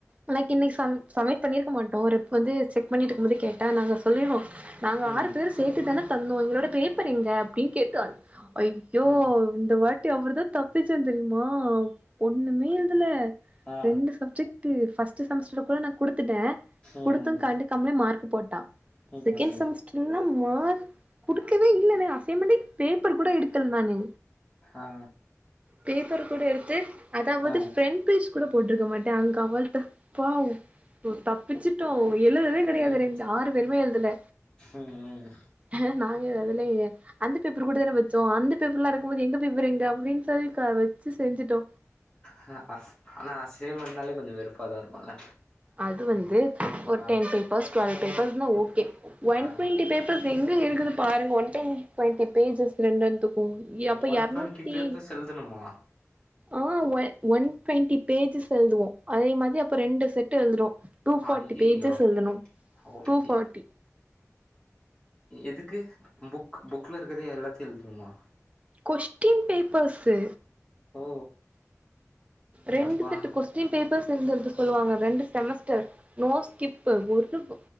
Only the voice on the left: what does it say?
ம்
ம்
ஆ
ம்
ம்
ம்
ஆ
ஆ
ம்
ம் ம்
ஹா அஸ் ஆனா அசைமெண்ட்னாலே கொஞ்ச வெறுப்பா தா இருக்குல்ல
ஆ
ஆ
ஒன்
டுவெண்ட்டி பேப்பர்ஸ் எழுதணுமா
ஐயையோ
ஓகே
எதுக்கு புக் புக்ல இருக்குதே எல்லாத்தையு எல்துண்மா
ஓ
எப்பா